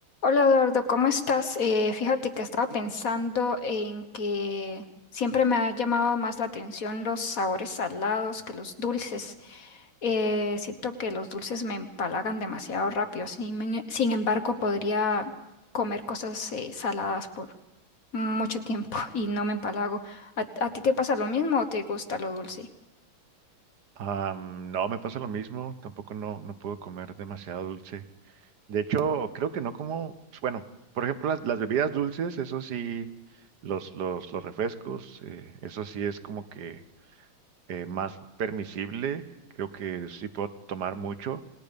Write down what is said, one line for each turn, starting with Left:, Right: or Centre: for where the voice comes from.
Left: Hola Eduardo, ¿cómo estás? Eh, fíjate que estaba pensando en que siempre me ha llamado más la atención los sabores salados que los dulces. Eh, siento que los dulces me empalagan demasiado rápido. Sin, sin embargo, podría comer cosas eh, saladas por mucho tiempo <laughs> y no me empalago. ¿A, a ti te pasa lo mismo o te gusta lo dulce?
Right: Am, no, me pasa lo mismo, tampoco no, no puedo comer demasiado dulce. De hecho, creo que no como, pues, bueno, por ejemplo, las, las bebidas dulces, eso sí, los, los, los refrescos, eh, eso sí es como que eh, más permisible, creo que sí puedo tomar mucho